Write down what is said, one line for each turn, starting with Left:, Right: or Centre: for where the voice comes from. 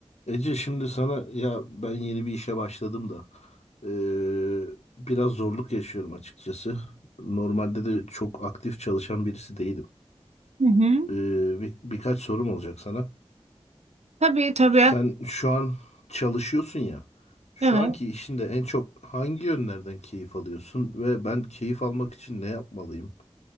Left: Ece şimdi sana ya ben yeni bir işe başladım da eee, biraz zorluk yaşıyorum açıkçası. Normalde de çok aktif çalışan birisi değilim.
Right: Hı hı.
Left: Eee, bir, birkaç sorum olacak sana.
Right: Tabii tabii.
Left: Sen şu an çalışıyorsun ya. Şu
Right: Evet.
Left: anki işinde en çok hangi yönlerden keyif alıyorsun ve ben keyif almak için ne yapmalıyım?